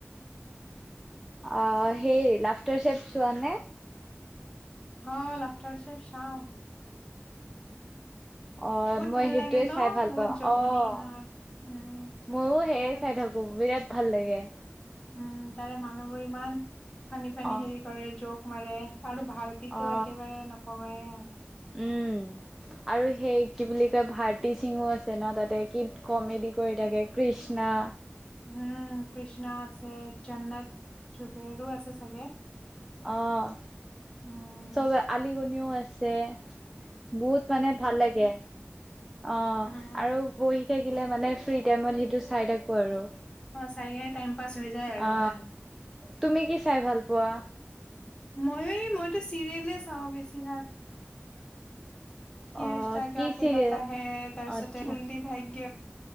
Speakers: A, in the centre; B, on the left (about 20°).
A: আঁহ হেই লাফ্টাৰ চেফ চোৱা নে?
B: অঁ--লাফ্টাৰচেফ চাওঁ।
A: অঁ
B: বহুত
A: মই
B: ভাল
A: সেইটোৱে
B: লাগে ন
A: চাই ভাল
B: বহুত
A: পাওঁ।
B: জমনি
A: অঁ
B: হয় উম
A: ময়ো হেইয়ে
B: তাত-
A: চাই থাকো, বিৰাট ভাল লাগে।
B: উম, তাৰে মানুহবোৰ ইমান ফানী ফানী
A: অ
B: হেৰি কৰে, জ'ক মাৰে। আৰু ভাৰতীক্‌টো
A: অ
B: একেবাৰে নকবাই আও।
A: উম, আৰু সেই কি বুলি কয় ভাৰ তী সিঙো আছে না তাতে, কি কমেডি কৰি থাকে। কৃষ্ণা
B: উম, কৃষ্ণা আছে, জন্নত জুবেৰো আছে চাগে?
A: অঁ,
B: উম,
A: চবেআলী গনিও আছে। বহুত মানে ভাল লাগে। অঁ
B: আহ,
A: আৰু বহি থাকিলে মানে ফ্ৰী টাইমত সিটো চাই থাকো আৰু।
B: চাইকেনে টাইম পাছ হৈ যায় আৰু
A: অ
B: ভাল।
A: তুমি কি চাই ভাল পোৱা?
B: মইও য়ে, মইটো চিৰিয়েলে চাওঁ বেছিভাগ। ইয়েৰিষ্টা
A: অ কি
B: ক্যা কেহ্‌লাতা
A: চিৰিয়েল
B: হে, তাৰছতে
A: আচ্ছা
B: কুণ্ডলি ভাগ্য।